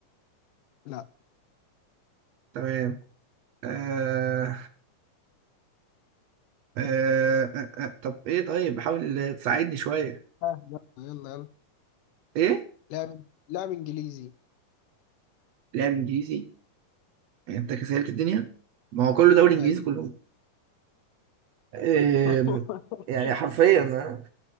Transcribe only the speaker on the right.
تمام آه... آه... آه... آه... طب ايه طيب حاول تساعدني شويه
ايه
لاعب انجليزي يعني انت كسلت الدنيا ما هو كله دوري انجليزي
كلهم آه...
يعني حرفيا أنا